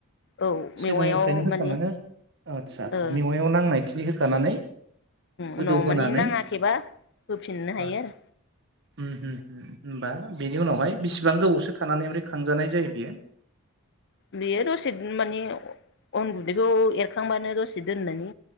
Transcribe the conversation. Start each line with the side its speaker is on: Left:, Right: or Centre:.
Left: औ मेवायाव
Right: सिगांनिफ्रायनो होखानाङो
Left: माने
Right: आदसा -आदसा
Left: ओ
Right: मेवायाव नांनाय खिनि होखानानै गोदौ
Left: उनाव
Right: होनानै
Left: माने नाङाखैबा होफिननो हायो
Right: आदबा
Left: आरो
Right: हम-हम होनबा बेनि उनावहाय बि बिसिबां गोबावसो थानानै ओमफ्राय खांजानाय जायो बेयो?
Left: बेयो दसेनो माने उन गन्दैखौ एरखांबानो दसे दोनबानो